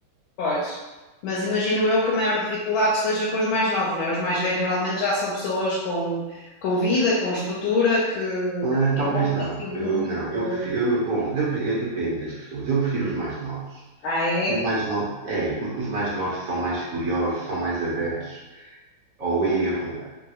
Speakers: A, on the left (about 80°); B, on the right (about 55°).
A: Pois. Mas imagino eu que a maior dificuldade esteja com os mais novos, não é? Os mais velhos normalmente já são pessoas com, com vida, com estrutura, que, que
B: Ah,
A: têm
B: talvez
A: um objetivo
B: não, eu
A: muito.
B: não, eu prefiro, eu- bom, dep- eh, depende das pessoas, eu prefiro os mais novos.
A: Ah, é?
B: Os mais novos, é, porque os mais novos são mais curiosos, são mais abertos ao erro,